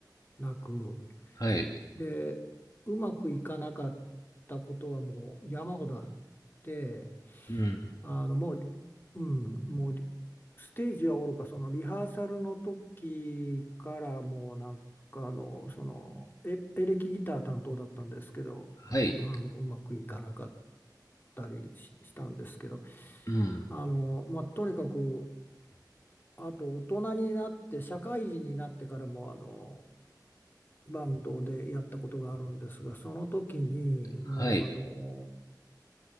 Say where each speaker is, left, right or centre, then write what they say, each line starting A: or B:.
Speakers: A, on the left (about 30°); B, on the left (about 50°).
A: なく、
B: はい、
A: で、うまくいかなかったことはもう山ほどあって、
B: うん、
A: あのもう、うん、もうリステージはおろか、そのリハーサルの時からもうなんかあの、そのエ、エレキギター担当だったんですけど、
B: はい、
A: うあのうまくいかなかったりし、したんですけど、
B: うん、
A: あの、まあ、とにかく、あと大人になって、社会人になってからもあのバンドでやったことがあるんですが、その時にもうあの、
B: はい、